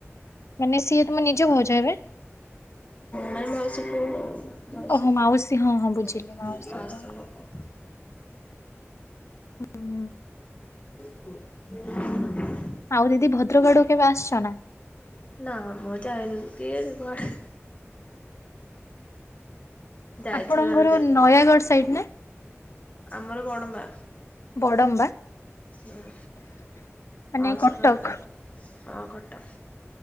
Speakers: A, on the left; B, on the left.
A: ମାନେ ସିଏ ତମ ନିଜ ଭାଉଜ ହେବ?
B: ନାଇଁ ମାଉସି ପୁଆ ଭାଇ ମାଉସି
A: ଓହୋ
B: ପୁଅ
A: ମାଉସୀ ହଁ ହଁ ବୁଝିଲି ମାଉସୀ
B: ମାଉସୀଙ୍କ
A: କଣ? ହୁଁ।
B: ପୁଅ। <unintelligible> ହ <unintelligible>
A: ଆଉ ଦିଦି ଭଦ୍ରକଡୁ କେବେ ଆସଛ ନା?
B: ନ ମଜାାଇନ କେ ଜିବ ହାରି। ଯାଇଥିଲୁ
A: ଆପଣଙ୍କ
B: ଆମେ
A: ଘର
B: ଯୋଉ
A: ନୟାଗଡ ସାଇଡ ନାଇଁ।
B: ଆମର ବଡ଼ ମା।
A: ବଡମ୍ବା?
B: ହୁଁ
A: ମାନେ
B: ମାଉସର
A: କଟକ
B: ଘର ନୟଗଡ଼। ହଁ କଟକ।